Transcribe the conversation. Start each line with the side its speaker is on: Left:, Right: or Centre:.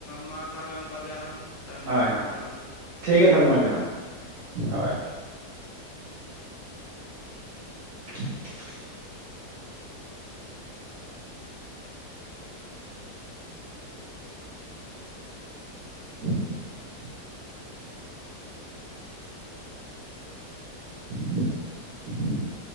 Left: ᱢᱟ ᱛᱟᱦᱚᱞᱮ ᱚᱱᱠᱟ ᱜᱮ ᱟᱨᱦᱚ ᱛᱟᱭᱚᱢ
Right: ᱦᱳᱭ
Left: ᱫᱟᱨᱟᱢ ᱨᱚᱯᱚᱲ
Right: ᱦᱳᱭ
Left: ᱦᱩᱭᱩᱜᱼᱟ ᱾
Right: ᱴᱷᱤᱠ ᱜᱮᱭᱟ ᱛᱟᱦᱚᱞᱮ ᱢᱟ ᱡᱚᱦᱟᱨ, ᱦᱚᱭ ᱾ <inaudible> <inaudible> <inaudible>